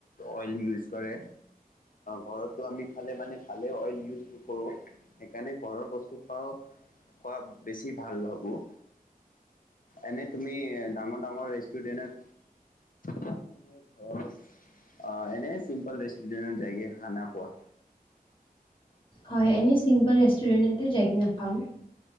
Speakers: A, on the left; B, on the left.
A: অইল ইউজ কৰে ঘৰতো আমি খালে মানে ভালেই অইল ইউজ কৰোঁ সেইকাৰণে ঘৰৰ বস্তু খোৱাওঁ খোৱা বেছি ভাল ভাবোঁ এনে তুমি ডাঙৰ ডাঙৰ ৰেষ্টুৰেণ্টত মান এনে ঘৰ অঁ এনে চিম্পল ৰেষ্টুৰেণ্টৰ জগা খানা খোৱা
B: হয় এনেই চিম্পল ৰেষ্টুৰেণ্টতে যায় কি নখাওঁ